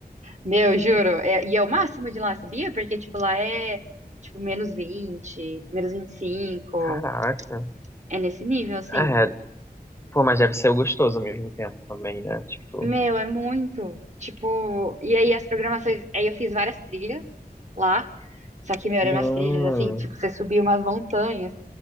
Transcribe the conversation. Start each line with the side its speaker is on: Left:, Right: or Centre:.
Right: Meu, juro. é- e é o máximo de lá, sabia? Porque, tipo, lá é, tipo, menos 20 menos vinte e cinco
Left: Caraca.
Right: É nesse nível, assim.
Left: É, pô, mas deve ser gostoso ao mesmo tempo também, né? Tipo.
Right: Meu, é muito. Tipo, e aí as programações. Aí eu fiz várias trilhas lá. Só que, meu, eram
Left: Hum.
Right: umas trilhas, assim, tipo, você subia umas montanhas.